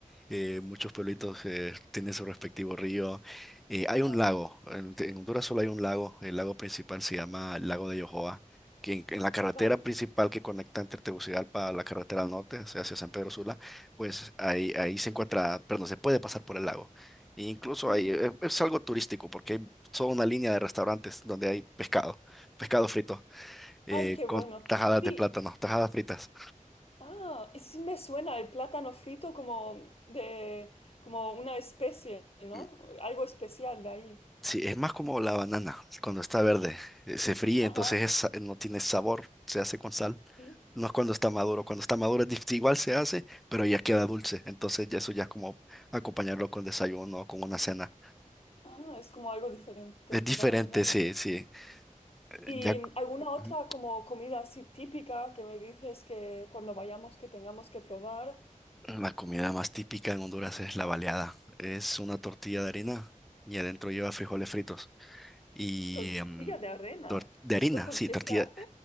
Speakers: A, in the centre; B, on the left.
A: eh, muchos pueblitos eh, tienen su respectivo río. Eh, hay
B: Ajá,
A: un lago, en, en Honduras solo hay un lago, el lago principal se llama el lago de Yohoa, que en, en la carretera
B: vale.
A: principal que conecta entre Tegucigalpa a la carretera al norte, o sea, hacia San Pedro Sula, pues ahí, ahí se encuentra, perdón, se puede pasar por el lago. E incluso
B: Ujú.
A: hay, eh, es algo turístico porque hay toda una línea de restaurantes donde hay pescado, pescado frito eh,
B: Ay, qué bueno.
A: con tajadas
B: Sí,
A: de plátano, tajadas fritas.
B: ah, y sí me suena el plátano frito como de como una especie, ¿no?
A: Mm,
B: Algo especial de ahí.
A: Sí, es más como la banana cuando está verde. eh, Se fríe,
B: Ajá.
A: entonces es sa- eh, no tiene sabor, se hace con sal.
B: Sí.
A: No es cuando está maduro, cuando está maduro es dif- igual se hace, pero ya queda dulce. Entonces ya eso ya es como acompañarlo con desayuno o con una cena.
B: Ah, es como algo diferente.
A: Es diferente,
B: Vale, vale.
A: sí, sí. Eh,
B: ¿Y
A: Ya
B: mm, alguna otra
A: Ujú.
B: como comida así típica que me dices que cuando vayamos que tengamos que probar?
A: la comida más típica en Honduras es la baleada. Es una tortilla de harina y adentro lleva frijoles fritos. Y
B: Tortilla
A: em,
B: de arena.
A: tor- de
B: ¿Esto
A: harina,
B: con
A: sí,
B: qué
A: tortilla,
B: se hace?